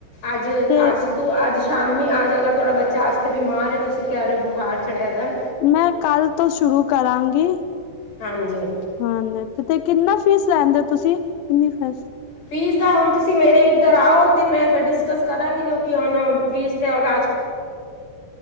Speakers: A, on the left; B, on the left.
A: ਅੱਜ,
B: ਤੇ
A: ਅੱਜ ਤੂੰ ਅੱਜ ਸ਼ਾਮੀ। ਅੱਜ ਅਗਰ ਤੁਹਾਡਾ ਬੱਚਾ ਬਿਮਾਰ ਹੈ ਤੁਸੀਂ ਕਹਿ ਰਹੇ ਹੋ। ਬੁਖਾਰ ਚੜਿਆ ਦਾ ਹੈ।
B: ਮੈਂ ਕੱਲ ਤੋਂ ਸ਼ੁਰੂ ਕਰਾਂਗੀ।
A: ਹਾਂਜੀ
B: ਹਾਂਜੀ, ਤੇ ਕਿੰਨਾ ਫੀਸ ਲੈਂਦੇ ਹੋ ਤੁਸੀਂ? ਕਿੰਨੀ ਫੀਸ?
A: ਫੀਸ ਦਾ ਹੁਣ ਤੁਸੀਂ ਮੇਰੇ ਇੱਧਰ ਆਓ, ਤੇ ਮੈਂ ਫਿਰ ਡਿਸਕਸ ਕਰਾਂਗੀ ਕਿਉਂਕਿ ਹੁਣ ਫੀਸ ਤੇ ਹੁਣ ਅੱਜ